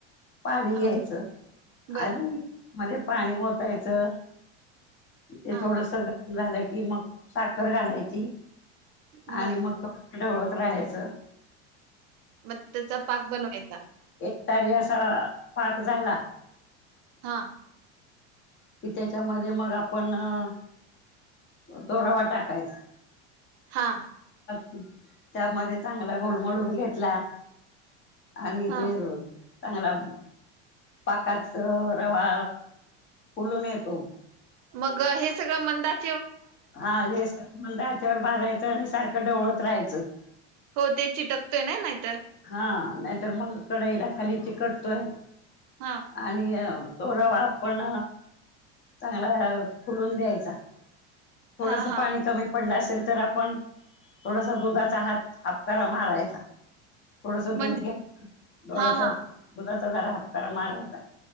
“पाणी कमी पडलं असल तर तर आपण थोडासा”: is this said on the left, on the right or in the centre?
Left